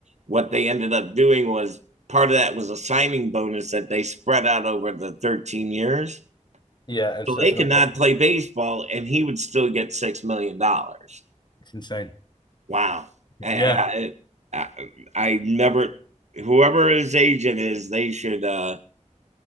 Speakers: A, on the right; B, on the left.
A: what they ended up doing was part of that was a signing bonus that they spread out over the 13 years.
B: yeah, and
A: So
B: so
A: they
B: it's
A: could
B: not.
A: not play baseball and he would still get six million dollars.
B: It's insane.
A: Wow. I,
B: Yeah.
A: I, I, never whoever his agent is, they should uh